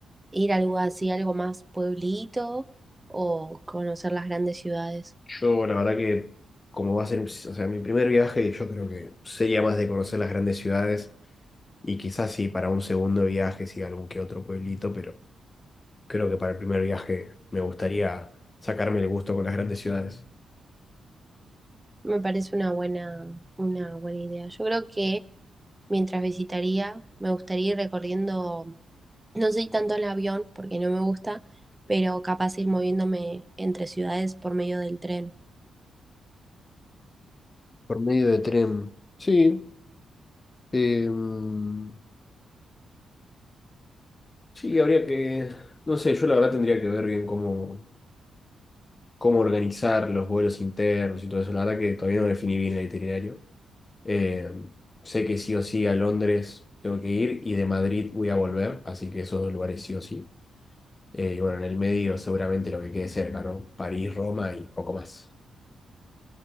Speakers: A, on the right (about 15°); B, on the left (about 30°).
A: ir a algo así, algo más pueblito o conocer las grandes ciudades?
B: Yo, la verdad que, como va a ser, o sea, mi primer viaje, yo creo que sería más de conocer las grandes ciudades y quizás sí para un segundo viaje, sí, algún que otro pueblito, pero creo que para el primer viaje me gustaría sacarme el gusto con las grandes ciudades.
A: Me parece una buena, una buena idea. Yo creo que mientras visitaría, me gustaría ir recorriendo, no sé tanto en avión porque no me gusta, pero capaz ir moviéndome entre ciudades por medio del tren.
B: Por medio de tren. Sí. em, Sí, habría que, no sé, yo la verdad tendría que ver bien cómo, cómo organizar los vuelos internos y todo eso. La verdad que todavía no definí bien el itinerario, Eh, sé que sí o sí a Londres tengo que ir y de Madrid voy a volver, así que esos dos lugares sí o sí. Eh, y bueno, en el medio seguramente lo que quede cerca, ¿no? París, Roma y poco más.